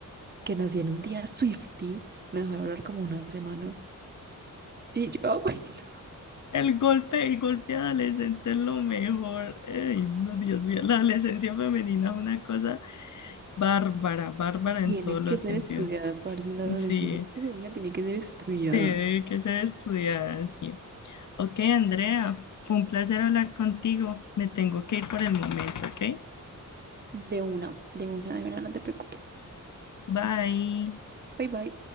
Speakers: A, on the right; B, on the left.
A: que nací en un día Swiftie, me dejó de hablar como una semana. Y yo, <laughs>
B: El golpe, el golpe adolescente es lo mejor. ay no, Dios mío, la adolescencia femenina es una cosa bárbara, bárbara en
A: Tiene
B: todos
A: que
B: los
A: ser
B: sentidos.
A: estudiada, parte de la adolescencia.
B: Sí,
A: Tu bebida tiene que ser estudiada.
B: tiene que ser estudiada, sí. Ok, Andrea, fue un placer hablar contigo. Me tengo que ir por el momento, ¿ok?
A: De una, de una, de una, no te preocupes.
B: Bye.
A: Bye bye.